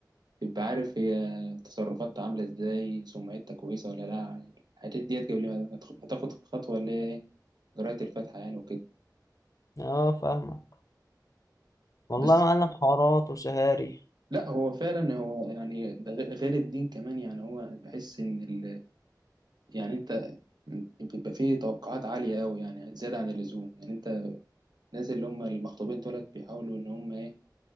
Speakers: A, on the right; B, on the left.
A: تبقى عارف هي تصرفاتها عامله ازاي سمعتها كويسه ولا لا الحاجات ديت قبل ما ما تاخد الخطوه اللي هي إيه، جرايه الفاتحه يعني وكده
B: اه فاهمك والله
A: بس
B: يا معلم حوارات وسهاري
A: لا هو فعلا هو يعني ده غ- غير الدين كمان يعني هو بحس ان ال... يعني انت بيبقى فيه توقعات عالية قوي يعني زيادة عن اللزوم يعني انت الناس اللي هم المخطوبين دولت بيحاولوا ان هم ايه